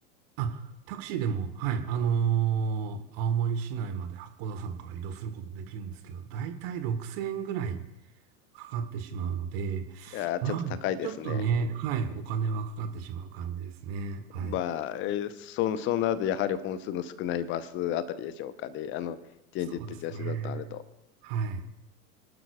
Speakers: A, on the right; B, on the left.
A: あ、タクシーでも、はい、あのー青森市内まで八甲田山から移動することできるんですけど、だいたい6000円ぐらいかかってしまうので、
B: いやー、
A: まあ、
B: ちょっと高いですね。
A: ちょっとね、はい、お金はかかってしまう感じですね。はい。
B: まあ、えーそう、そうなると、やはり本数の少ないバスあたりでしょうかで、あの、現実的な手段とあると。
A: そうですね。はい。